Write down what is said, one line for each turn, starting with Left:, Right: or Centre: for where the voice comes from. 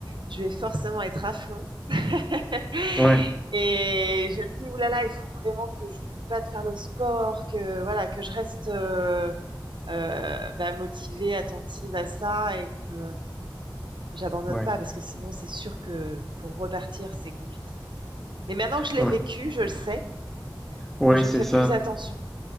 Right: je vais forcément être à fond. <laughs>
Centre: Ouais,
Right: Et je me dis, oulala, il faut vraiment que j'oublie pas de faire le sport, que voilà, que je reste euh, euh, bah, motivée, attentive à ça et que j'abandonne
Centre: ouais,
Right: pas parce que sinon, c'est sûr que pour repartir, c'est compliqué. Mais maintenant que je l'ai
Centre: ouais,
Right: vécu, je le sais,
Centre: ouais,
Right: donc je
Centre: c'est
Right: fais
Centre: ça.
Right: plus attention.